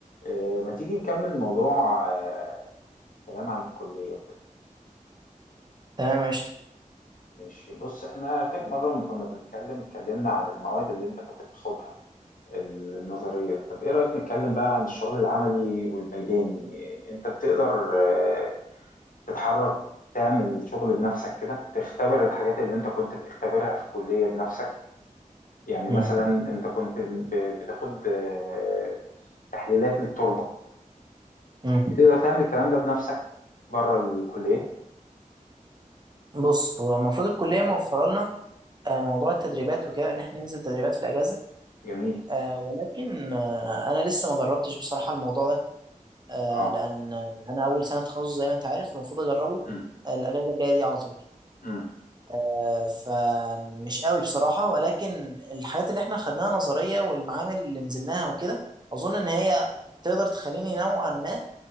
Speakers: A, on the left; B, on the right.
A: آه، ما تيجي نكمل موضوع آه، كلام عن الكلية وكده
B: تمام قشطة
A: ماشي بص احنا فاكر مرة لما كنا بنتكلم اتكلمنا عن المواد اللي انت كنت بتاخدها النظرية طب ايه رأيك نتكلم بقى عن الشغل العملي والميداني آه، انت بتقدر آه، تتحرك تعمل شغل بنفسك كده تختبر الحاجات اللي انت كنت بتختبرها في الكلية بنفسك يعني
B: مم.
A: مثلا انت كنت ب- بتاخد آه، تحليلات للتربة
B: مم.
A: بتقدر تعمل الكلام ده بنفسك بره الكلية
B: بص هو المفروض الكلية موفرة لنا آه، موضوع التدريبات وكده إن إحنا ننزل تدريبات في الأجازة
A: جميل
B: آه، ولكن آه، أنا لسه ما جربتش بصراحة الموضوع ده آه،
A: اه
B: لأن أنا أول سنة تخصص زي ما أنت عارف المفروض أجربه
A: امم
B: آه، الأجازة الجاية دي على طول
A: امم
B: آه، فمش قوي بصراحة ولكن الحاجات اللي إحنا خدناها نظرية والمعامل اللي نزلناها وكده أظن إن هي تقدر تخليني نوعا ما